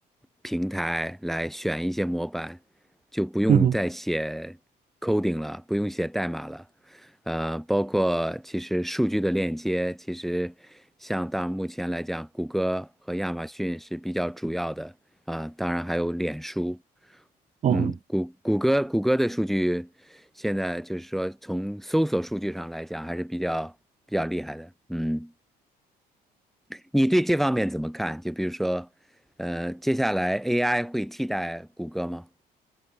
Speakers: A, in the centre; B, on the right.
A: 平台来选一些模板，就不用再写
B: 嗯哼
A: coding 了，不用写代码了。呃，包括其实数据的链接，其实像到目前来讲，谷歌和亚马逊是比较主要的啊，当然还有脸书，
B: 哦。
A: 嗯，谷谷歌谷歌的数据现在就是说从搜索数据上来讲还是比较比较厉害的，嗯，你对这方面怎么看？就比如说，呃，接下来 AI 会替代谷歌吗？